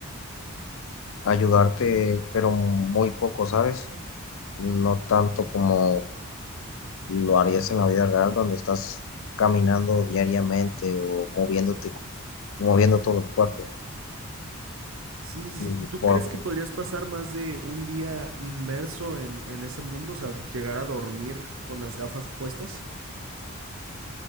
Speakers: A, on the left; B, on the right.
A: ayudarte, pero muy poco, ¿sabes? No tanto como lo harías en la vida real, donde estás caminando diariamente o moviéndote, moviendo todo el cuerpo.
B: Sí, sí,
A: Y
B: sí. ¿Y tú
A: por,
B: crees que podrías pasar más de un día inmerso en, en ese mundo? O sea, llegar a dormir con las gafas puestas.